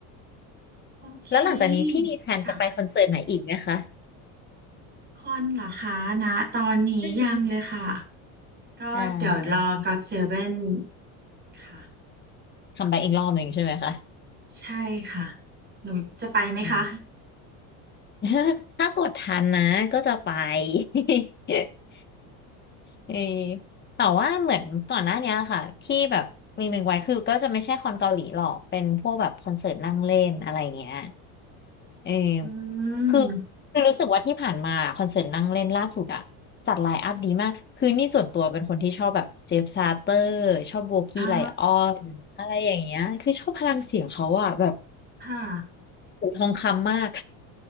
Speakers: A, on the right; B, on the left.
A: โอเค
B: แล้วหลังจากนี้พี่มีแผนจะไปคอนเสิร์ตไหนอีกไหมคะ
A: ค่ะคอนเหรอคะนะตอนนี้ยังเลยค่ะ
B: อืม
A: ก็เดี๋ยวรอกอดเซเว่น
B: อ่า
A: ค่ะ
B: คำไปอีกรอบหนึ่งใช่ไหมคะ
A: ใช่ค่ะหนูจะไปไหมคะ
B: อืม <laughs> ถ้ากดทันนะก็จะไป <laughs> เออแต่ว่าเหมือนก่อนหน้าเนี้ยค่ะที่แบบมีหนึ่งไว้คือก็จะไม่ใช่คอนเกาหลีหรอกเป็นพวกแบบคอนเสิร์ตนั่งเล่นอะไรเงี้ยเออ
A: อื
B: คือ
A: ม
B: คือรู้สึกว่าที่ผ่านมาคอนเสิร์ตนั่งเล่นล่าสุดอะจัดไลน์อัพดีมากคือนี่ส่วนตัวเป็นคนที่ชอบแบบเจฟซาเตอร์ชอบโบกี้ไลออนอะไรอย่างเงี้ยคือชอบพลังเสียงเขาอะแบบ
A: อ่าค่ะ
B: หูทองคำมาก